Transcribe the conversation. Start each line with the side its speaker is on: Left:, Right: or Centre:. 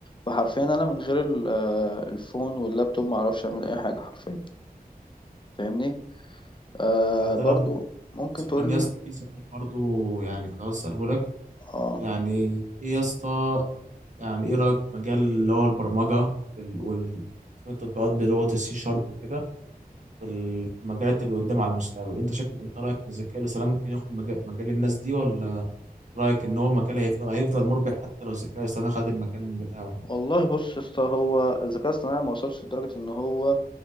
Left: فحرفيا انا من غير ال- آه، الفون واللابتوب ما اعرفش اعمل اي حاجة حرفيا فاهمني آه،
Right: يعني ده
Left: برضو ممكن تقول
Right: كان يا
Left: لي
Right: اسطى في سؤال برضو يعني كنت عاوز اساله لك
Left: اه
Right: يعني ايه يا اسطى يعني ايه رايك في مجال اللي هو البرمجة وال وال- تطبيقات بلغة السي شارب وكده في ال- في المجالات اللي قدام على المستقبل انت شكل انت رايك ان الذكاء الاصطناعي ممكن ياخد مجال, مجال الناس دي ولا رايك ان هو مجال هيفضل هيفضل مربح حتى لو الذكاء الاصطناعي خد المكان بتاعه
Left: والله بص يا اسطى هو الذكاء الاصطناعي ما وصلش لدرجة ان هو